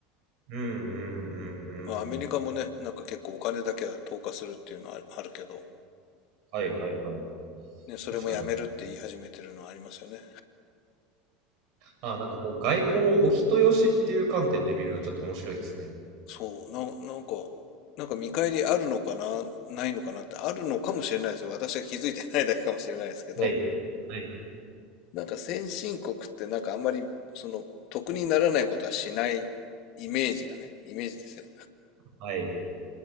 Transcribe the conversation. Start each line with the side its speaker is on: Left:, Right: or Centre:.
Right: うんうんうんうん。
Left: まあ、アメリカもね、なんか結構お金だけは投下するっていうのはあるけど、
Right: はいはいはい。
Left: ね、それもやめるって言い始めてるのはありますよね。
Right: 確かにな。あー、なんかこう、外交をお人よしっていう観点で見るのちょっと面白いですね。
Left: そう、な、なんか、なんか見返りあるのかな、ないのかなってあるのかもしれないですよ。私は気づいてないだけかもしれないですけど、
Right: はい。はい。
Left: なんか先進国ってなんかあんまり、その、得にならないことはしないイメージがね、イメージですよ。
Right: はい。う